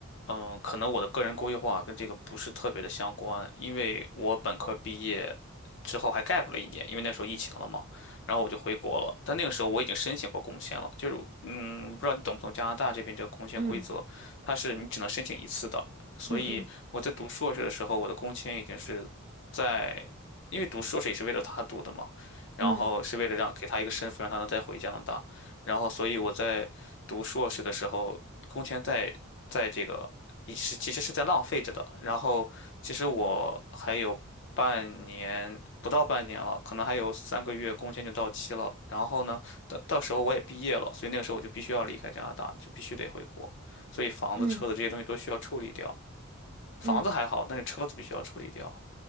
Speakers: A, on the left; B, on the right.
A: 嗯，可能我的个人规划跟这个不是特别的相关，因为我本科毕业之后还 gap 了一年，因为那时候疫情了嘛，然后我就回国了。但那个时候我已经申请过工签了，就是嗯，我不知道你懂不懂加拿大这边这个工签规则，
B: 嗯
A: 它是你只能申请一次的。所以我在读硕士的时候，
B: 嗯嗯
A: 我的工签已经是在，因为读硕士也是为了他读的嘛，然后是为了让给他一个身份，
B: 嗯
A: 让他能再回加拿大。然后，所以我在读硕士的时候，工签在在这个也是其实是在浪费着的。然后其实我还有半年，不到半年了，可能还有三个月工签就到期了。然后呢，到到时候我也毕业了，所以那个时候我就必须要离开加拿大，就必须得回国。所以房子、
B: 嗯
A: 车子这些东西都需要处理掉。房子还好，
B: 嗯。
A: 但是车子必须要处理掉。